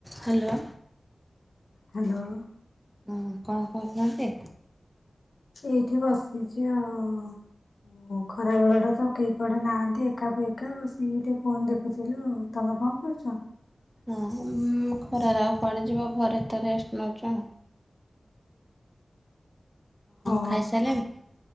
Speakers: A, in the centre; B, on the left (about 75°).
A: Hello
B: hello
A: ହଁ କଣ କରହୁଛନ୍ତି
B: ଏଇଠି ବସିଛି ଆଉ ଓ ଖରା ବେଳ ଟା ତ କେହି କୁଆଡେ ନାହାନ୍ତି ଏକାକୁ ଏକା ବସିକି ଟିକେ ଫୋନ ଦେଖୁଥିଲୁ ଆଉ ତମ ଆ କ କରଛ
A: ହଁ ଖରାରେ ଆଉ କୁଆଡ଼େ ଯିବ ଘରେ ତ ରେଷ୍ଟ ନେଉଛ ଆ
B: ହଁ
A: ଖାଇସାରିଲେଣି?